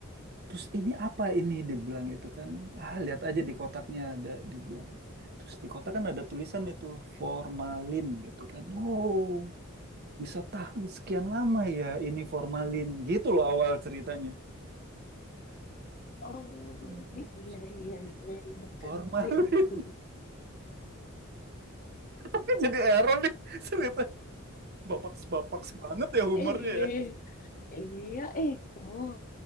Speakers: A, on the right; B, on the left.
A: terus ini apa ini dia bilang itu kan ah lihat aja di kotaknya ada dia bilang terus di kotak kan ada tulisan itu formalin gitu kan wow bisa tahan sekian lama ya ini formalin gitu loh awal ceritanya
B: Oh
A: Enggak, absurd
B: iya
A: banget
B: iya
A: ya. Ya.
B: iya udah ngerti
A: Formalin.
B: aku.
A: <laughs> Jadi error nih cerita. Bapak-bapak banget ya humornya
B: Eh
A: ya.
B: iya eh kamu,